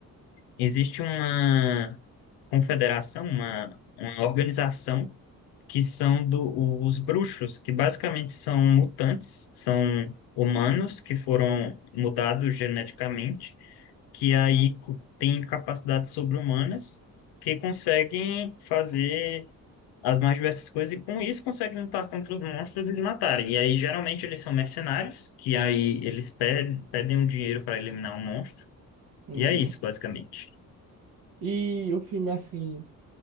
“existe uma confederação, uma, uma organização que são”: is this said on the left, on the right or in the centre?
Left